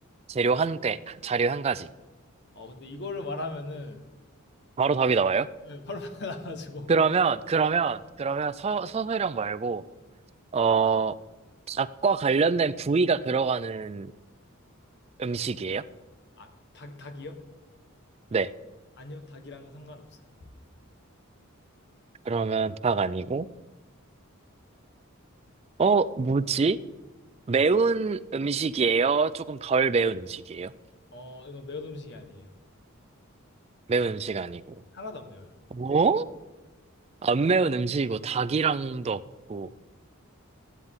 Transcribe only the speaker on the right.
재료 한 개, 자료 한 가지.
바로 답이 나와요?
그러면, 그러면, 그러면 서, 서술령 말고, 어, 닭과 관련된 부위가 들어가는 음식이에요?
네.
그러면 닭 아니고, 어, 뭐지? 매운 음식이에요? 조금 덜 매운 음식이에요?
매운 음식 아니고.
뭐? 안 매운 음식이고, 닭이랑도 없고.